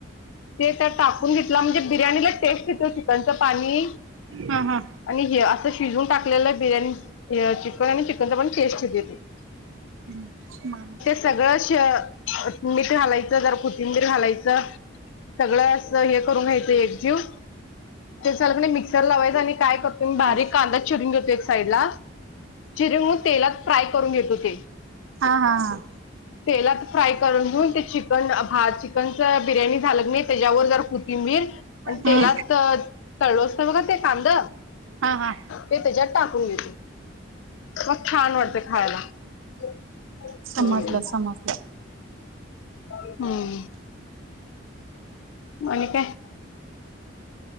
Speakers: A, on the left; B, on the right.
A: ते त्या टाकून घेतलं म्हणजे बिर्याणीला, टेस्टेतो चिकनचं पाणी
B: हा हा
A: आणि हे असं. शिजून टाकलेलं आहे बिर्याणी चिकन आणि चिकनचा पण टेस्ट देत.
B: हम् मम
A: सगळ शअ मीठ घालायच जर कोथिंबीर घालायचं सगळं असं हे करून घ्यायचं एक घेऊन ते झाल का मिक्सर लावायचं आणि काय करतो मी बारीक
B: हा
A: कांदाच चिरून घेतो एक साईड ला चिरून तेलात फ्राय करून घेत होते.
B: हा हा हा.
A: तेलात फ्राय करून घेऊन ते चिकन अ भा चिकनच बिर्याणी झालं का नाही त्याच्यावर जरा कोथिं कोथिंबीर आणि
B: हा
A: तेलात
B: हा
A: अ तळो असतो बघा ते कांद
B: हा हा.
A: ते त्याच्यात टाकून घेतो. मग छान वाटते खायला हम्म.
B: समजलं समजलं
A: हमम. आणि काय?